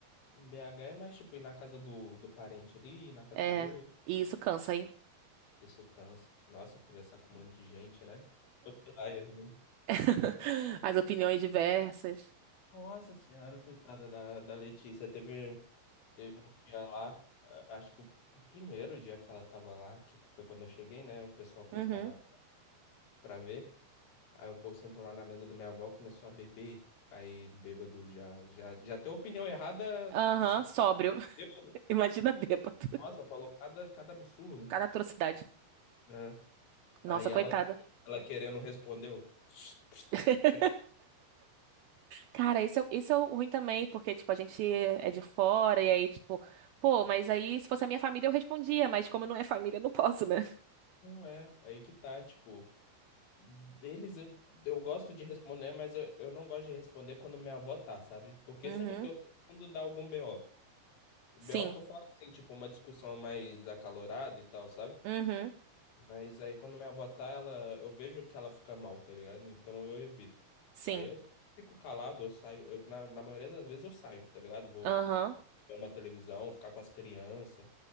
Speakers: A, on the left; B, on the right.
A: Em BH é mais, tipo, ir na casa do, do parente ali, ir na casa
B: É.
A: do outro.
B: E isso cansa aí.
A: Isso cansa. Nossa, conversar com um monte de gente, né? Outro layer, né?
B: <laughs> As opiniões diversas.
A: Nossa senhora, coitada da, da Letícia. Teve, teve um dia lá, a- acho que o, p- o primeiro dia que ela tava lá, que foi quando eu cheguei, né? O pessoal foi
B: Uhum.
A: pra lá pra ver. Aí o povo sentou lá na mesa da minha avó, começou a beber. Aí bêbado já, já, já tem opinião errada.
B: Aham,
A: só-
B: sóbrio. <laughs>
A: Bêbado.
B: Imagina bêbado.
A: Nossa, falou cada, cada absurdo,
B: Cada atrocidade.
A: né?
B: Nossa,
A: Aí
B: coitada.
A: ela, ela querendo respondeu. <laughs>
B: <laughs> Cara, isso é, isso é ruim também, porque, tipo, a gente é de fora, e aí, tipo, pô, mas aí se fosse a minha família eu respondia, mas como não é família, eu não posso, né?
A: Não é, aí que tá, tipo. Deles eu, eu gosto de responder, mas eu, eu não gosto de responder quando minha avó tá, sabe? Porque
B: Uhum.
A: sempre que eu respondo dá algum BO. BO
B: Sim.
A: que eu falo assim, tipo, uma discussão mais acalorada e tal, sabe?
B: Uhum.
A: Mas aí quando minha avó tá, ela, eu vejo que ela fica mal, tá ligado? Então eu evito.
B: Sim.
A: Aí eu fico calado, eu saio. Eu, na, na maioria das vezes eu saio, tá ligado? Vou
B: Aham.
A: ver uma televisão, ficar com as crianças,